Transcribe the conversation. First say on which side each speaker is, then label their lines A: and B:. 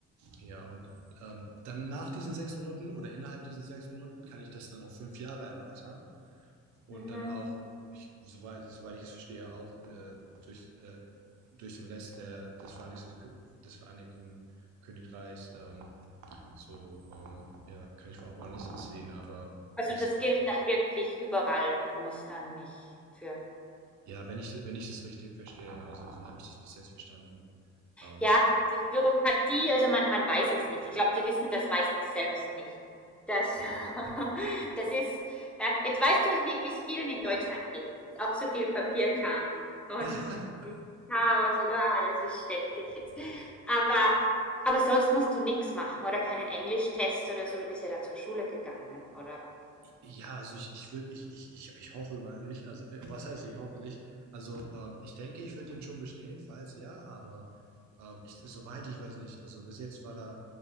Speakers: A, on the right; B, in the centre.
A: ja, und ähm, dann nach diesen sechs Monaten oder innerhalb diesen sechs Monaten kann ich das dann auf fünf Jahre erweitern und
B: Mhm.
A: dann auch, ich, soweit, soweit ich es verstehe, auch äh, durch, äh, durch den Rest der, des, Vereinigten, des Vereinigten Königreichs ähm, so, ähm, ja, kann ich auch woanders hinziehen, aber
B: Also
A: bis,
B: das gilt dann wirklich überall. Du musst dann nicht für
A: ja, wenn ich, wenn ich das richtig verstehe, also so habe ich das bis jetzt verstanden. Ähm,
B: Ja, das Bürokratie, also man, man weiß es nicht. Ich glaube, die wissen das meistens selbst nicht. Das, <laughs> das ist, ja, jetzt weißt du, wie es vielen in Deutschland geht. Ist auch so viel Papierkram und
A: ja, <laughs>
B: Chaos und ah, das ist schrecklich jetzt. Aber, aber sonst musst du nichts machen oder keinen Englischtest oder so. Du bist ja da zur Schule gegangen, oder?
A: ja, also ich, ich würde, ich, ich, ich, ich hoffe mal nicht. Also, äh, was heißt, ich hoffe nicht? Also, äh, ich denke, ich würde den schon bestehen, falls ja, aber äh, ich, soweit ich weiß nicht. Also, bis jetzt war da,